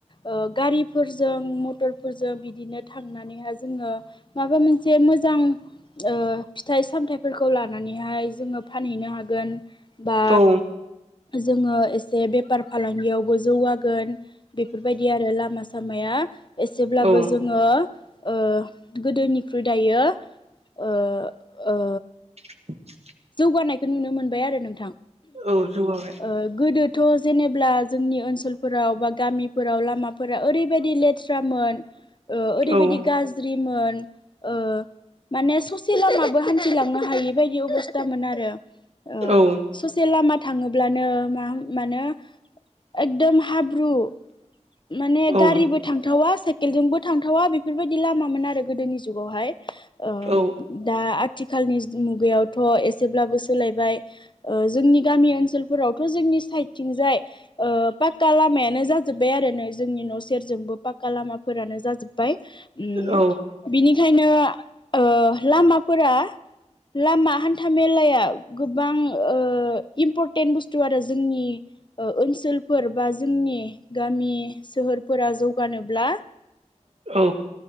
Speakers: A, on the left; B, on the right.
A: ओ गारिफोरजों मथरफोरजों बिदिनो थांनानैहा जोङो माबा मोनसे मोजां ओ फिथाइ सामथाइफोरखौ लानानैहाय जोङो फानहैनो हागोन बा
B: औ
A: जोङो एसे बेफार फालांगियावबो जौगागोन बेफोरबायदि आरो लामा सामाया एसेब्लाबो
B: औ
A: जोङो ओ गोदोनिख्रुइ दायो ओ ओ
B: <inaudible>
A: जौगानायखौ नुनो मोनबाय आरो नोंथां
B: औ जौगाबाय
A: ओ गोदो थ' जेनेब्ला जोंनि ओनसोलफोराव बा गामिफोराव लामाफोरा ओरैबायदि लेट थ्रामोन ओ ओरैबायदि
B: औ
A: गाज्रिमोन ओ माने ससे लामाबो हान्थिलांनो हायि बायदि अबस्तामोन आरो। ओ
B: औ
A: ससे लामाद। थाङोब्लानो मा मानो एकदम हाब्रु। माने
B: औ
A: गारिबो थांथावा साइकेलजोंबो थांथावा बेफोरबादि लामामोन आरो गोदोनि जुगावहाय। ओ
B: औ
A: दा आथिखालनि जो मुगायाव। थ' एसेब्लाबो सोलायबाय ओ जोंनि गामि ओनसोलफोरावथ' जोंनि साइडथिंजाय। ओ पाक्का लामायानो जाजोब्बाय आरो नो जोंनि न' सेरजोंबो पाक्का लामाफोरानो जाजोब्बाय। ओम
B: औ
A: बिनिखायनो। ओ लामाफोरा लामा। हान्था मेलाया गोबां ओ इमपरटेन्ट बुस्थु आरो जोंनि ओ ओनस। ओनसोलफोर बा जोंनि गामि सोहोरफोरा जौगानोब्ला।
B: औ।